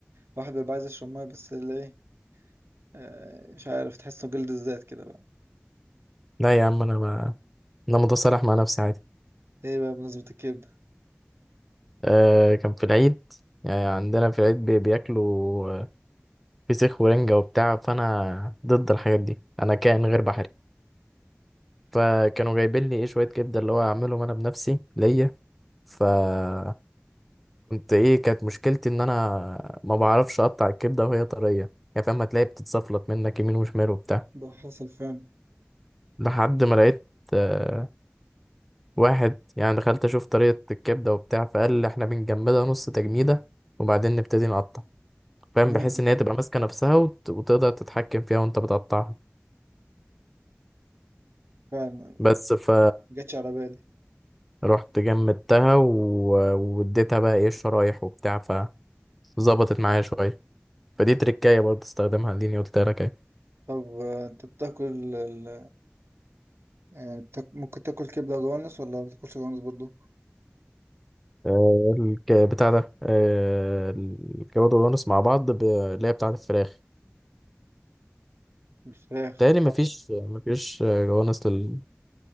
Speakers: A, on the right (about 70°); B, in the centre.
A: واحد بيبقى عايز يشرب ميه بس اللي ايه آه، مش عارف تحسه جلد الذات كده بقى
B: لا يا عم انا ما انا متصالح مع نفسي عادي
A: ايه بقى بمناسبة الكبدة
B: آه. كان في العيد يعني عندنا في العيد بي- بياكلوا فسيخ ورنجة وبتاع فأنا ضد الحاجات دي أنا كائن غير بحري فكانوا جايبين لي إيه شوية كبدة اللي هو أعملهم أنا بنفسي ليا فكنت إيه كانت مشكلتي إن أنا ما بعرفش أقطع الكبدة وهي طرية يعني فاهم هتلاقي بتتصفلت منك يمين وشمال وبتاع
A: ده حصل فعلا
B: لحد ما لقيت آه، واحد يعني دخلت أشوف طريقة الكبدة وبتاع فقال لي إحنا بنجمدها نص تجميدة وبعدين نبتدي نقطع فاهم
A: مم.
B: بحيث إن هي تبقى ماسكة نفسها وت- وتقدر تتحكم فيها وأنت بتقطعها
A: فعلا
B: بس ف
A: جاتش على بالي
B: رحت جمدتها و- واديتها بقى ايه الشرايح وبتاع فظبطت معايا شوية فدي تركاية برضه استخدمها اللي قلت لك اهي
A: طب آه، انت بتاكل ال... يعني بتاك... ممكن تاكل كبدة جوانس ولا ما بتاكلش جوانس برضو
B: آه، الك- بتاع ده آه، الجواد والجوانس مع بعض ب- اللي هي بتاعة الفراخ
A: الفراخ
B: تهيألي مفيش
A: آه.
B: مفيش جوانس لل...